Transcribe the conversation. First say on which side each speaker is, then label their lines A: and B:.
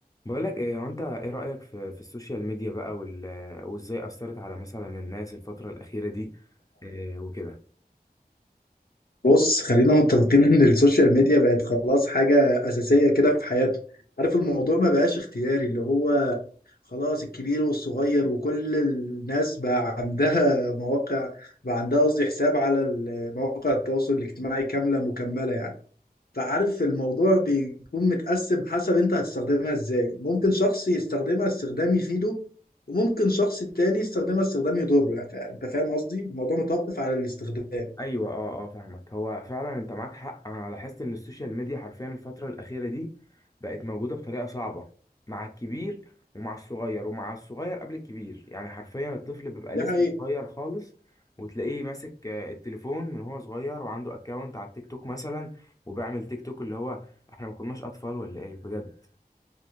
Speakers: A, on the left (about 20°); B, on the left (about 70°).
A: بقول لك ايه هو انت ايه رأيك في في السوشيال ميديا بقى وال... وازاي أثرت على مثلا الناس الفترة الأخيرة دي إيه وكده
B: بص خلينا متفقين ان السوشيال ميديا بقت خلاص حاجة أساسية كده في حياتنا عارف الموضوع ما بقاش اختياري اللي هو خلاص الكبير والصغير وكل الناس بقى عندها مواقع بقى عندها قصدي حساب على ال- مواقع التواصل الاجتماعي كاملة مكملة يعني فعارف الموضوع بيكون متقسم حسب انت هتستخدمها ازاي ممكن شخص يستخدمها استخدام يفيده وممكن شخص تاني يستخدمها استخدام يضره يعني فا- انت فاهم قصدي الموضوع متوقف على الاستخدام
A: ايوه اه اه فاهمك هو فعلا انت معاك حق انا لاحظت ان السوشيال ميديا حرفيا الفترة الأخيرة دي بقت موجودة بطريقة صعبة مع الكبير ومع الصغير ومع الصغير قبل الكبير يعني حرفيا الطفل بيبقى
B: دي
A: لسه
B: حقيقة
A: صغير خالص وتلاقيه ماسك آه، التليفون من هو صغير وعنده اكونت على التيك توك مثلا وبيعمل تيك توك اللي هو احنا ما كناش اطفال ولا ايه بجد